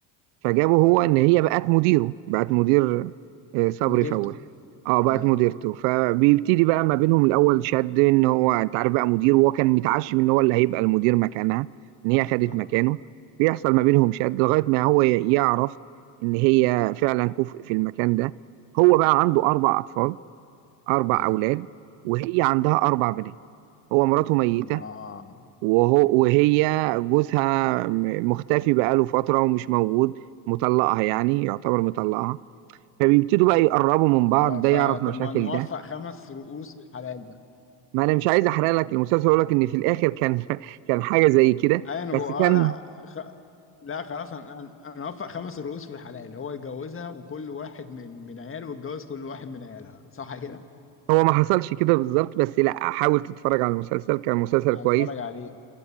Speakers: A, on the right (about 70°); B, on the left (about 25°).
A: فجابه هو
B: اه
A: ان هي بقت مديره بقت مدير آه، صبري
B: مديرته
A: فواه اه بقت
B: اه
A: مديرته فبيبتدي بقى ما بينهم الاول شد ان هو انت عارف بقى مدير وهو كان متعشم ان هو اللي هيبقى المدير مكانها ان هي خدت
B: اه
A: مكانه بيحصل ما بينهم شد لغايه ما هو ي- يعرف ان هي فعلا كفء في المكان ده هو بقى عنده اربع اطفال اربع
B: ايوه
A: اولاد وهي عندها اربع بنات هو مراته ميته
B: اه
A: وهو وهي جوزها م- مختفي بقاله فترة ومش موجود مطلقها يعني يعتبر مطلقها فبيبتدوا بقى يقربوا من بعض
B: اه فطب
A: ده يعرف مشاكل
B: ما نوفق
A: ده
B: خمس رؤوس في الحلال بقى
A: ما انا مش عايز احرق لك المسلسل اقول لك ان في الاخر كان <laughs> كان حاجة زي كده
B: ايوه انا
A: بس
B: بقول
A: كان
B: اه لا خ... لا خلاص انا انا أنا اوفق خمس رؤوس في الحلال هو يتجوزها وكل واحد من من عياله يتجوز كل واحد من عيالها صح كده
A: هو ما حصلش كده بالظبط بس لا حاول تتفرج على المسلسل كان مسلسل
B: هتفرج
A: كويس
B: عليه